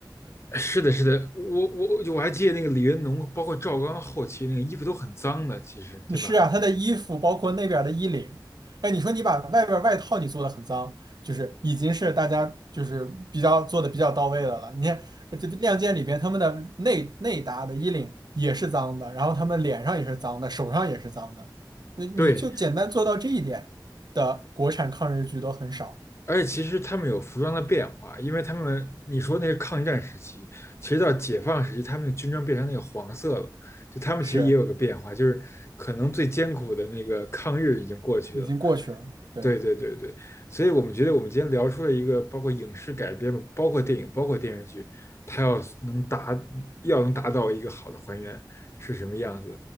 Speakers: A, on the left; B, on the right.
A: 是的，是的，我我我就我还记得那个李云龙，包括赵刚后期那个衣服都很脏的，其实对吧？
B: 嗯是啊，他的衣服包括那边儿的衣领，哎，你说你把外边儿外套你做的很脏，就是已经是大家就是比较做的比较到位的了。你看这《亮剑》里边他们的内内搭的衣领也是脏的，然后他们脸上也是脏的，手上也是脏的。那你就简单做到这一点的国产抗日剧都很少，
A: 对，而且其实他们有服装的变化，因为他们你说那是抗战时期，其实到解放时期，他们的军装变成那个黄色了，就他们其实也有个变化，
B: 是
A: 就是可能最艰苦的那个抗日已经过去了。
B: 已经过去了。对。
A: 对对对对，所以我们觉得我们今天聊出了一个包括影视改编包括电影，包括电视剧，它要能达要能达到一个好的还原是什么样子